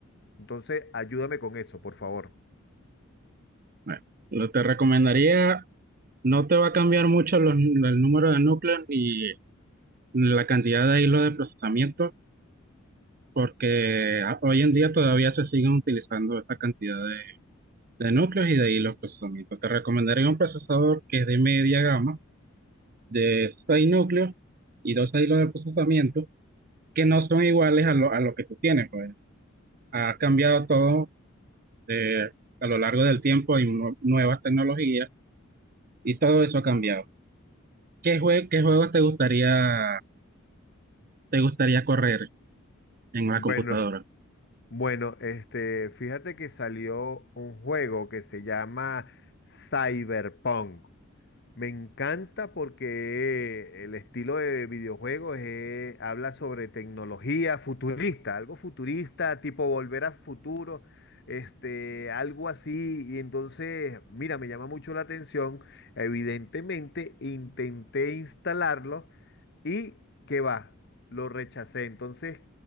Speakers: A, on the left; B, on the right.
A: Entonces, ayúdame con eso, por favor.
B: Bueno, lo te recomendaría, no te va a cambiar mucho los- el número de núcleos ni la cantidad de hilos de procesamiento, porque a- hoy en día todavía se siguen utilizando esta cantidad de, de núcleos y de hilos de procesamiento. Te recomendaría un procesador que es de media gama de seis núcleos y dos hilos de procesamiento que no son iguales a lo, a lo que tú tienes. Pues. Ha cambiado todo eh, a lo largo del tiempo, hay nu- nuevas tecnologías y todo eso ha cambiado. ¿Qué, jue- qué juegos te gustaría, te gustaría correr en
A: Bueno,
B: la computadora?
A: Bueno, este, fíjate que salió un juego que se llama Cyberpunk. Me encanta porque el estilo de videojuegos es- habla sobre tecnología futurista, algo futurista, tipo volver a futuro, este, algo así. Y entonces, mira, me llama mucho la atención. Evidentemente, intenté instalarlo y que va, lo rechacé. Entonces,